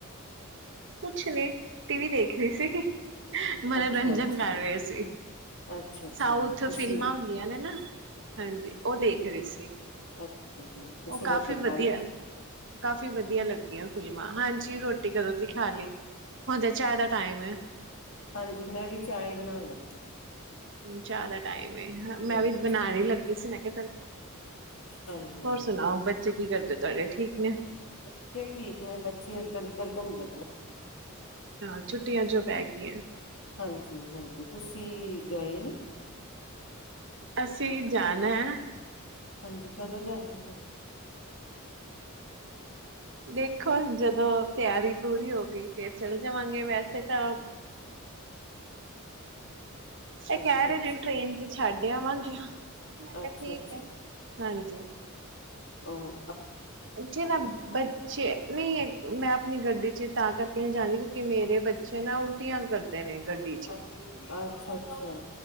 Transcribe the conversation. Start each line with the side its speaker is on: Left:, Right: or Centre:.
Right: ਕੁਛ ਨੀ ਟੀ ਵੀ ਦੇਖ ਰਹੀ ਸੀਗੀ ਮਨੋਰੰਜਨ
Left: ਅੱਛਾ ਜੀ
Right: ਕਰ ਰਹੇ ਸੀ
Left: ਅੱਛਾ ਅੱਛਾ
Right: ਸਾਊਥ
Left: ਤੁਸੀਂ
Right: ਫਿਲਮਾਂ ਹੁੰਦੀਆਂ ਨੇ ਨਾ ਹਾਂਜੀ ਉਹ ਦੇਖਦੇ ਸੀ
Left: ਅੱਛਾ ਜੀ ਤੁਸੀਂ
Right: ਉਹ ਕਾਫੀ
Left: ਰੋਟੀ ਖਾ
Right: ਵਧੀਆ
Left: ਲਈ
Right: ਕਾਫੀ ਵਧੀਆ ਲੱਗਦੀਆਂ ਫਿਲਮਾਂ ਹਾਂਜੀ ਰੋਟੀ ਕਦੋਂ ਦੀ ਖਾ ਲਈ ਹੁਣ ਤਾਂ ਚਾਹ ਦਾ ਟਾਈਮ ਹੈ
Left: ਹਾਂਜੀ ਮੈਂ ਵੀ ਚਾ ਬਣਾਉਣ ਲੱਗੀ ਠੀਕ ਹੈ
Right: ਚਿਆਦਾ ਟਾਈਮ ਮੈਂ
Left: ਹਾਂਜੀ
Right: ਵੀ ਬਣਾਉਣ ਲੱਗੀ ਸੀ ਕਿਹਾ ਚੱਲ
Left: ਹਾਂਜੀ
Right: ਹੋਰ ਸੁਣਾੋ ੇ ਕੀ ਕਰਦੇ ਤੁਹਾਡੇ ਠੀਕ ਨੇ
Left: ਬੱਚੇ ਠੀਕ ਨੇ ਬੱਚੇ ਇੱਧਰ ਉਧਰ ਘੁੰਮਦੇ
Right: ਹਾਂ ਛੁੱਟੀਆਂ ਚ ਪੈ ਗਈ ਹੈ
Left: ਹਾਂਜੀ ਹਾਂਜੀ ਤੁਸੀਂ ਗਏ ਨੀ
Right: ਅਸੀਂ ਜਾਣਾ ਹੈ
Left: ਹਾਂਜੀ ਕਦੋਂ ਜਾਣਾ ਫਿਰ
Right: ਦੇਖੋ ਜਦੋਂ ਤਿਆਰੀ ਪੂਰੀ ਹੋ ਗਈ ਫ ਚੱਲ ਜਾਵਾਂਗੇ ਵੈਸੇ ਤਾਂ ਇਹ
Left: ਅੱਛਾ
Right: ਕਹਿ ਰਹੇ
Left: ਅੱਛਾ
Right: ਨੇ ਟ੍ਰੇਨ ਚ ਛੱਡ ਆਵਾਂਗੇ ਮੈਂ
Left: ਅੱਛਾ
Right: ਕਿਹਾ ਠੀਕ ਹੈ ਹਾਂਜੀ
Left: ਆਹੋ
Right: ਥੇ ਨਾ ਬੱਚੇ ਨਹੀਂ ਹੈ ਮੈਂ ਆਪਣੀ ਗੱਡੀ ੇ ਤਾਂ ਕਰਕੇ ਨਹੀਂ ਜਾਂਦੀ ਕਿਉਂਕਿ ਮੇਰੇ ਬੱਚੇ ਨਾ ਉਲਟੀਆਂ ਕਰਦੇ ਨੇ ਗੱਡੀ ਚ
Left: ਅ ਅੱਛਾ ਅੱਛਾ